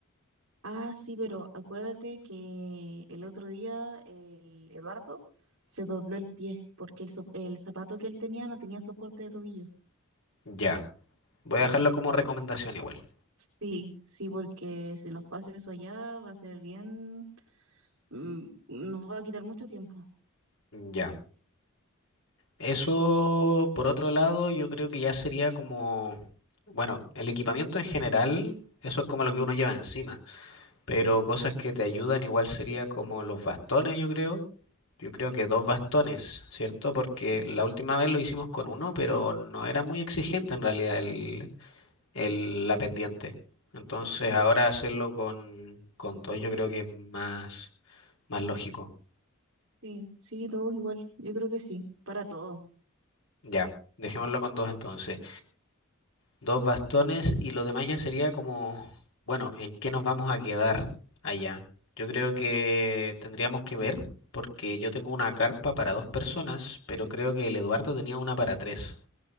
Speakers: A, on the right; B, on the left.
A: Ah, sí, pero acuérdate que el otro día el Eduardo se dobló el pie porque el, so- el zapato que él tenía no tenía soporte de tobillo.
B: Ya. Voy a dejarlo como recomendación igual.
A: Sí, sí, porque si nos pasa eso allá va a ser bien, mm, nos va a quitar mucho tiempo.
B: Ya. Eso, por otro lado, yo creo que ya sería como, bueno, el equipamiento en general, eso es como lo que uno lleva encima. Pero cosas que te ayudan igual sería como los bastones, yo creo. Yo creo que dos bastones, ¿cierto? Porque la última vez lo hicimos con uno, pero no era muy exigente en realidad el, el- la pendiente. Entonces ahora hacerlo con, con dos yo creo que es más, más lógico.
A: Sí, sí, todos igual, yo creo que sí, para todos.
B: Ya, dejémoslo con dos entonces. Dos bastones y lo demás ya sería como, bueno, ¿en qué nos vamos a quedar allá? Yo creo que tendríamos que ver, porque yo tengo una carpa para dos personas, pero creo que el Eduardo tenía una para tres.